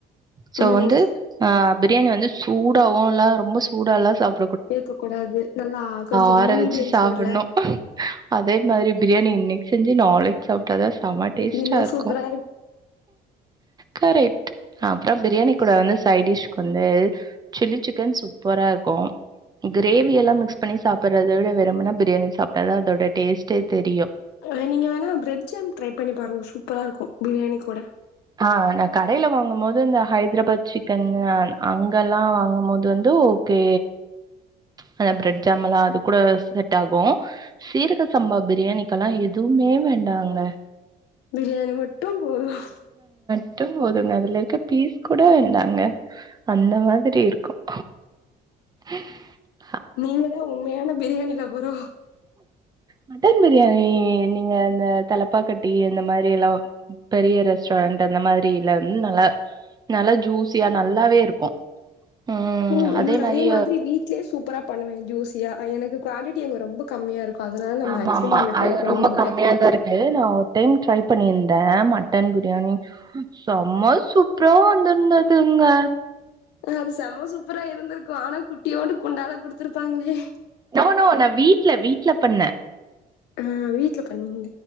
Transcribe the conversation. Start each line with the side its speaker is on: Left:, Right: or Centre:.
Right: சோ
Left: ம்
Right: வந்து ஆ பிரியாணி வந்து சூடவுலா ரொம்ப சூடால்லா சாப்ப
Left: இருக்க கூடாது அது நல்லா கொஞ்சோ
Right: ஆற
Left: மீடியம்
Right: வச்சு சாப்டனு
Left: சூடுல
Right: அதே மாரி பிரி நீ இன்னிக்கு செஞ்சு நாளைக் சாப்டாத செம டேஸ்டா
Left: இன்னு
Right: இருக்கு
Left: சூப்பரா
Right: கரெக்ட் சாப்டா பிரியாணி கூட வந்து சைடிஷ் வந்து சில்லி சிக்கன் சூப்பரா இருக்கு கிரேவி எல்லா மிக்ஸ் பண்ணி சாப்பிடறத வெருமன பிரியாணி சாப்ட்டாதா அதோட டேஸ்டே தெரியு
Left: ஆனா நீங்க வேணா பிரெட் ஜாம் ட்ரை பண்ணி பாருங்க சூப்பரா இருக்கு பிரியாணி கூட
Right: ஆ நா கடையில வாங்கு போது இந்த ஹைதராபாத் சிக்கன் அங்கல்லா வாங்கும் போது வந்து ஓகே ஹ பிரெட் ஜாம் அது கூட செட் ஆகு சீரக சம்பா பிரியாணிக்கெலா எதுவுமே வேண்டாங்க
Left: பிரியாணி மட்டும் போதும்
Right: ட்டும் போதுங்க அதுல இருக்க பீஸ் கூட வேண்டாங்க அந்த மாதிரி இருக்கும் ஹும் <unintelligible>
Left: நீங்க தா உண்மையான பிரியாணி லவ் வரோ
Right: மட்டன் பிரியாணி நீங்க இந்த தலப்பாக்கட்டி அந்த மாரி எல்லா பெரிய ரெஸ்டாரண்ட் அந்த மாதிரில வந் நல்லா நல்லா ஜூஸியா நல்லாவே இருக்கு ம்
Left: உம் நா
Right: மாரி
Left: அதே மாதிரி வீட்லயே சூப்பரா பண்ணுவே ஜூசியா ஆ எனக்கு குவான்டிட்டி அங்க ரொம்ப கம்மியா இருக்கு அதனால நா
Right: ஆமா
Left: மேக்சிமம்
Right: ஆமா
Left: அங்க ட்ரை
Right: அது
Left: பண்ண
Right: ரொம்ப
Left: மாட்டே
Right: கம்மியா தா இருக்கு நா ஒரு டைம் ட்ரை பண்ணியிருந் ந்த மட்டன் பிரியாணி செம்ம சூப்பரா‌ வந்திருந்துதுங்க
Left: அது செம்ம சூப்பரா இருந்திருக்கு ஆனா குட்டியோண்டு குண்டால குடுத்துருப்பாங்களே
Right: நோ நோ நா வீட்ல வீட்ல பண்ணே
Left: ஆ வீட்ல பண்ணி